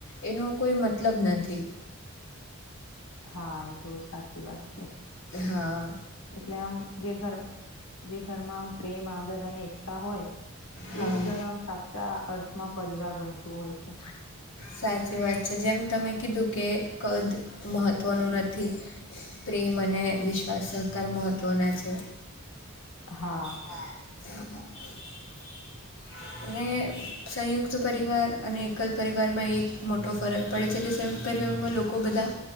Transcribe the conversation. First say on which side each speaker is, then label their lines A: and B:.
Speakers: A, on the left; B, on the left.
A: એનો કોઈ મતલબ નથી
B: હા એ તો સાચી વાત છે
A: હા
B: એટલે આમ જે ઘરો જે ઘરમાં આમ પ્રેમ આદર અને એકતા હોય તે
A: હા
B: જ ઘર આમ સાચા અર્થમાં પરિવાર બનતું હોય છે
A: સાચી વાત છે જેમ તમે કીધું કે કદ મહત્ત્વનું નથી પ્રેમ અને વિશ્વાસ સહકાર મહત્ત્વના છે
B: હા
A: હમ <inaudible> અને સંયુક્ત પરિવાર અને એકલ પરિવારમાં એક મોટો ફરક પડે છે કે સંયુકટ પરિવારમાં લોકો બધા